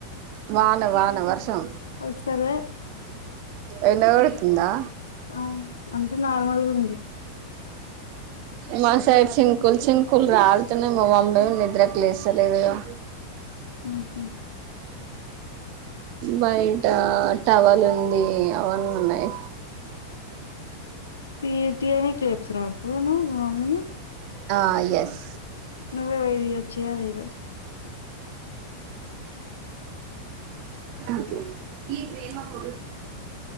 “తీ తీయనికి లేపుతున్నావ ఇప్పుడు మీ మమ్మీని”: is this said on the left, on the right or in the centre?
Left